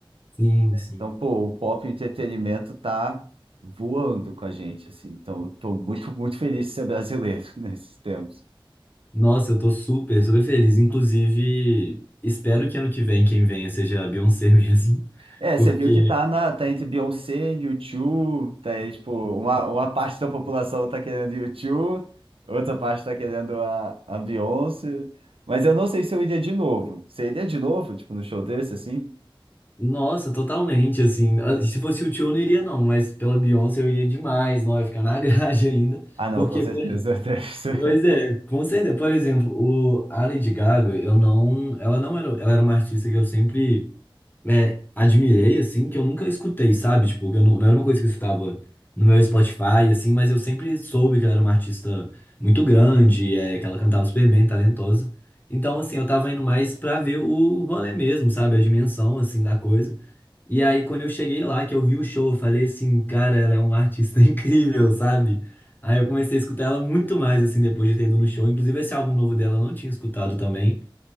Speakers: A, on the left; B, on the right.
A: Sim, sim.
B: Então, pô, o pop e o entretenimento tá voando com a gente, assim. Então, eu tô muito, <laughs> muito feliz de ser brasileiro <laughs> nesses tempos.
A: Nossa, eu tô super, super feliz. Inclusive, espero que ano que vem quem venha seja a Beyoncé <laughs> mesmo.
B: É,
A: Porque
B: você viu que tá, na, tá entre Beyoncé, U2, tá, aí, tipo, uma, uma parte da população tá querendo U2, outra parte tá querendo a, a Beyoncé. Mas eu não sei se eu iria de novo. Você iria de novo, tipo, no show desse, assim?
A: Nossa, totalmente, assim. Ah, Se fosse o Tio, eu não iria, não, mas pela Beyoncé eu iria demais, não, eu ia ficar na grade <laughs> ainda.
B: Ah, não,
A: Porque,
B: com certeza.
A: por- pois
B: <laughs>
A: é, com certeza. Por exemplo, o, a Lady Gaga, eu não. Ela não era. Ela era uma artista que eu sempre é, admirei, assim, que eu nunca escutei, sabe? Tipo, eu não, não era uma coisa que eu escutava no meu Spotify, assim, mas eu sempre soube que ela era uma artista muito grande, é, que ela cantava super bem, talentosa. Então, assim, eu tava indo mais pra ver o rolê mesmo, sabe? A dimensão, assim, da coisa. E aí, quando eu cheguei lá, que eu vi o show, eu falei assim, cara, ela é uma artista <laughs> incrível, sabe? Aí eu comecei a escutar ela muito mais, assim, depois de ter ido no show. Inclusive, esse álbum novo dela eu não tinha escutado também.